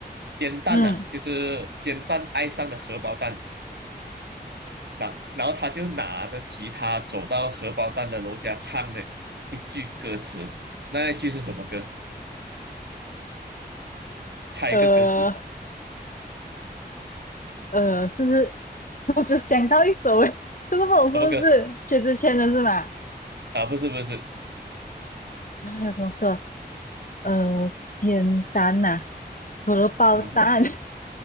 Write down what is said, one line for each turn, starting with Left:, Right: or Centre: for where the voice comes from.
Right: 煎蛋呐、
Left: 嗯，
Right: 啊，就是煎蛋爱上了荷包蛋，那然后他就拿着吉他走到荷包蛋的楼下唱了一句歌词，那一句是什么歌？猜一个歌词，
Left: 呃呃，是不是？<laughs> 我只想到一首诶，这个不懂是不是薛之谦的是吗？
Right: 什么歌？啊，不是不是，
Left: 啊，还有什么歌？呃，简单呐、荷包蛋，
Right: 嗯，
Left: <laughs> 什